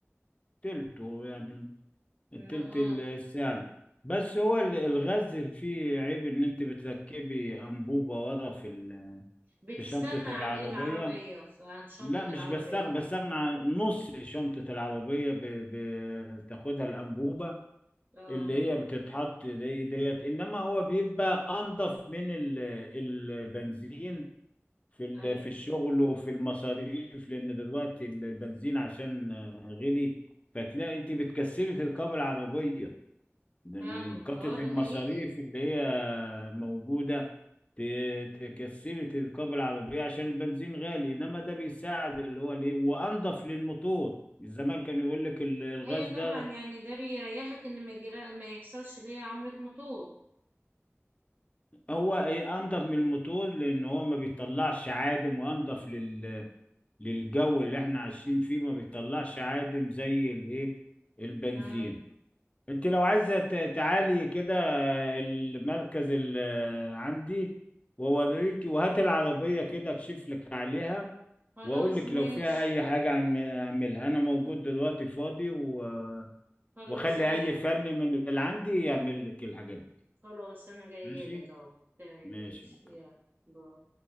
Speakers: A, on the left; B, on the right.
A: تلته يعني
B: إن-
A: تلت
B: اه
A: السعر بس هو ال- الغاز فيه عيب ان انت بتركبي انبوبة ورا في ال-
B: بتستغنى
A: في شنطة العربية
B: عن العربية عن شنطة
A: لا
B: العربية
A: مش بستغ بستغنى عن نص شنطة العربية ب... بتاخدها الأنبوبة
B: اه
A: اللي هي بتتحط دي ديت إنما هو بيبقى أنضف من ال... البنزين في ال...
B: ايوه
A: في الشغل وفي المصاريف لأن دلوقتي البنزين عشان غلي فتلاقي أنت بتكسري تركبي العربية ده
B: فاهمة
A: من كترة
B: اه
A: المصاريف
B: ده حقيقي
A: اللي هي موجودة ت- تكسري تركب العربية عشان البنزين غالي إنما ده بيساعد اللي هو ليه وأنضف للموتور زمان كان يقول لك ال- الغاز
B: ايوه
A: ده
B: طبعا يعني ده بيريحك ان ما يجرا- ما يحصلش ليا عمرة موتور
A: هو ايه انضف من الموتور لان هو ما بيطلعش عادم وانضف لل... للجو اللي احنا عايشين فيه ما بيطلعش عادم زي الايه البنزين
B: اه
A: انت لو عايزة ت- تعالي كده المركز اللي عندي ووريكي وهات العربية كده اكشف لك عليها
B: خلاص
A: واقول لك
B: ماشي
A: لو فيها اي حاجه عن- اعملها انا موجود دلوقتي فاضي و...
B: خلاص
A: واخلي
B: انا
A: اي فني من اللي عندي يعمل لك الحاجات دي
B: خلاص انا جايه
A: ماشي
B: لك اهو تمام
A: ماشي
B: ماشي
A: اوكي
B: يلا باي